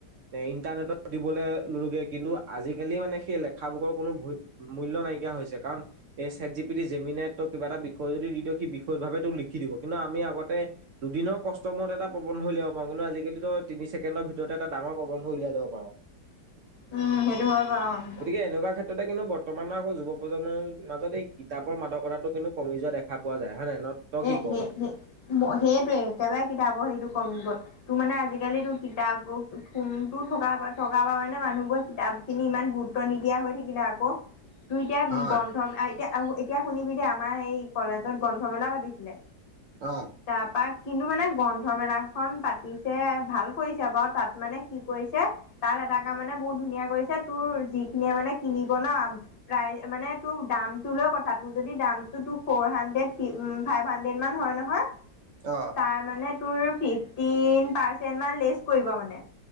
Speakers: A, on the right; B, on the left.
A: ইণ্টাৰনেটত দিবলে নলোগে কিন্তু আজিকালি মানে সেই খাব বুকৰ কোনো মূল্য নাই। এয়া হৈছে কাৰণ এই চেটজিপিটি জেমিনে তোক কিবা এটা বিষয় যদি দি দিয়ক সি বিষয় ভাবে তোক লিখি দিব। কিন্তু আমি আগতে দুদিনৰ কষ্ট মূৰত এটা প্ৰবন্ধ উলাব পাৰো, কিন্তু আজিকালিতো তিনি ছেকেণ্ডৰ ভিতৰতে এটা ডাঙৰ প্ৰবন্ধ উলিয়াই লব পাৰো।
B: উ'ম সেইটো হয় বাৰু।
A: গতিকে এনেকুৱা ক্ষেত্ৰতে কিন্তু বৰ্তমানৰ আকৌ যুৱ প্ৰজন্মৰ মাজত এই কিতাপৰ মাদকতাটো কিন্তু কমি যোৱা দেখা পোৱা যায়। হয় নাই ন তই কি
B: এ!
A: ক
B: সেই,
A: মানে?
B: সেই, মই সেইটোৱে একেবাৰে কিতাপৰ হেৰিটো কমি গ'ল। তোৰ মানে আজিকালি তোৰ কিতাপবোৰ ফোনতো থকা থকাৰ পৰা মানে মানুহ বোৰ কিতাপখিনি ইমান গু গুৰুত্ব নিদিয়া হৈ থাকিলে আকৌ। তই এতিয়া
A: হয়
B: গ্ৰন্থম এতিয়া, এতিয়া শুনিবি দে আমাৰ সেই কলেজত গ্ৰন্থমেলা পাতিছিলে।
A: অ
B: তাৰ পা। কিন্তু মানে গ্ৰন্থ মেলা খন পাতিছে ভাল কৰিছে। বাৰু তাত মানে কি কৰিছে? তাৰ এটা কাম মানে বহুত ধুনীয়া কৰিছে, তোৰ যিখিনিয়ে মানে কিনিব ন প্ৰায় মানে তোৰ দাম তোৰ লগত কথা তোৰ যদি দামটো তোক ফৰ হানড্ৰেদ। <unintelligible> ফাইভহুন্দ্ৰেড মান হয় নহয়
A: অ
B: তাৰ মানে। তোৰ ফিফটিন পাৰ্চেণ্ট মান লেছ কৰিব মানে।